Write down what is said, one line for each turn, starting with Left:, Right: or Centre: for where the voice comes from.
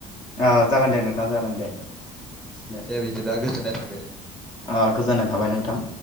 Left: ओ जागोन दे नोंथा जागोन दे उम
Centre: दे बिदिब्ला गोजोननाय थाबाय
Left: ओ गोजोननाय थाबाय नोंथां